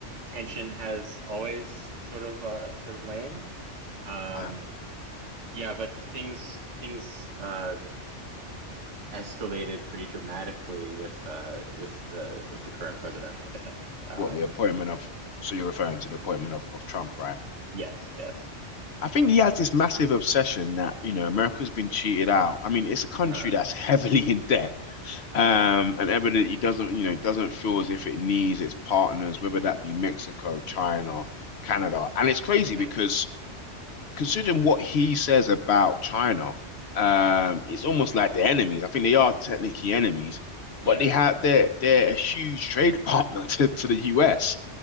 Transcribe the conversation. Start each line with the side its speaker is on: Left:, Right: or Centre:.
Right: tension has always sort of uh, sort of lain. Um,
Left: Ah,
Right: yeah, but things things uh, escalated pretty dramatically with uh, with the with the current president, I think. Um,
Left: what the appointment of so you're referring to the appointment of, of Trump, right?
Right: yes, yes.
Left: I think he has this massive obsession that, you know, America's been cheated out. I mean, it's a country
Right: Uh-huh.
Left: that's <laughs> heavily in debt. Um, and evidently doesn't, you know, doesn't feel as if it needs its partners, whether that be Mexico, China, Canada. And it's crazy
Right: hmm
Left: because considering what he says about China, um, it's almost like they're enemies. I think they are technically enemies,
Right: Yeah.
Left: but they have they're they're a huge trade <laughs> partner to, to the US.